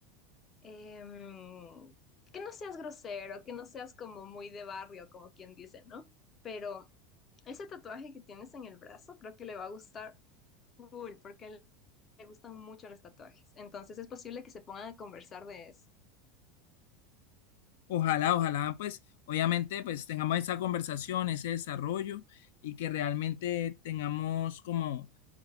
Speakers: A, on the left; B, on the left.
A: em, que no seas grosero, que no seas como muy de barrio, como quien dice, ¿no? Pero ese tatuaje que tienes en el brazo creo que le va a gustar full, porque a él le gustan mucho los tatuajes. Entonces es posible que se pongan a conversar de eso.
B: Ojalá, ojalá, pues obviamente pues tengamos esa conversación, ese desarrollo y que realmente tengamos como,